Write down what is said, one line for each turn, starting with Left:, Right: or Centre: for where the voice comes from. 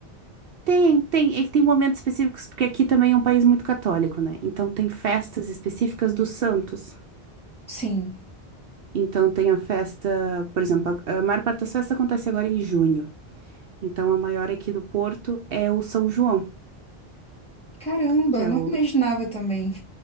Right: Tem, tem, é que tem momentos específicos, porque aqui também é um país muito católico, né? Então, tem festas específicas dos santos.
Centre: Sim.
Right: Então, tem a festa, por exemplo, a, a maior parte das festas acontece agora em junho. Então, a maior aqui do Porto é o São João,
Centre: Caramba,
Right: que
Centre: eu
Right: é
Centre: não
Right: o,
Centre: imaginava também.